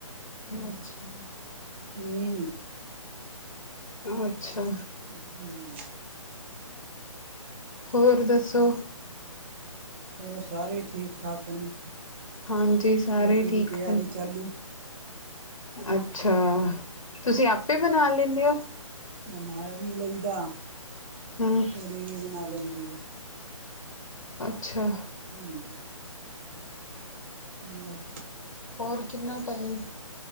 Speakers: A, on the left (about 75°); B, on the right (about 20°).
A: ਅੱਛਾ।
B: ਇੰਨੀ ਨੀ।
A: ਅੱਛਾ।
B: ਹੂੰ
A: ਹੋਰ, ਦੱਸੋ?
B: ਹੋਰ ਸਾਰੇ ਠੀਕ-ਠਾਕ ਨੇ,
A: ਹਾਂਜੀ ਸਾਰੇ
B: ਰੋਟੀ
A: ਠੀਕ
B: ਦੀ ਤਿਆਰੀ
A: ਹਨ
B: ਚਾਲੂ।
A: ਅੱਛਾ, ਤੁਸੀਂ ਆਪੇ ਬਣਾ ਲੈਂਨੇ ਓ?
B: ਬਨਾ ਵੀ ਲਈਦਾ
A: ਹੰ
B: ਫੀ ਵੀ ਬਣਾ ਲੈਂਦੀ ਏ।
A: ਅੱਛਾ।
B: ਹੂੰ, ਹੋਰ?
A: ਹੋਰ, ਕਿੰਨਾ ਟਾਈਮ?